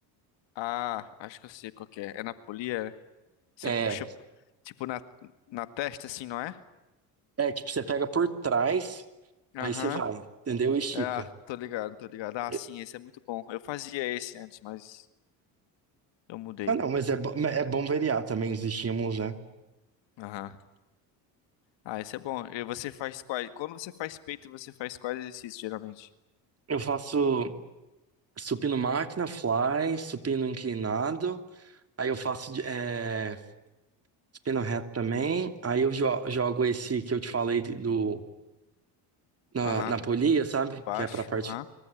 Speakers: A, on the left (about 65°); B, on the right (about 30°).
A: Ah, acho que eu sei qual que é. É na polia? Você
B: É,
A: puxa, tipo, na, na testa, assim, não é?
B: é tipo, você pega por trás,
A: Aham.
B: aí você vai, entendeu? Estica.
A: Ah, tô ligado, tô ligado. Ah,
B: É,
A: sim, esse é muito bom. Eu fazia esse antes, mas eu mudei.
B: Ah, não, mas é, bo- é bom variar também os estímulos, né?
A: Aham. Ah, esse é bom. E você faz quais? Quando você faz peito, você faz quais exercícios, geralmente?
B: Eu faço supino máquina, fly, supino inclinado, aí eu faço de- é, supino reto também, aí eu jo- jogo esse que eu te falei de- do, na,
A: Aham.
B: na polia, sabe?
A: Baixo.
B: Que é pra parte,
A: Aham.